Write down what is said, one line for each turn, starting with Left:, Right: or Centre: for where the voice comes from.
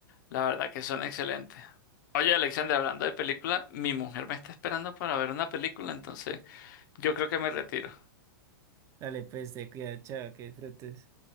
Left: la verdad que son excelentes. Oye, Alexander, hablando de película, mi mujer me está esperando para ver una película, entonces yo creo que me retiro.
Right: Dale, pues, te cuida, chao, que disfrutes.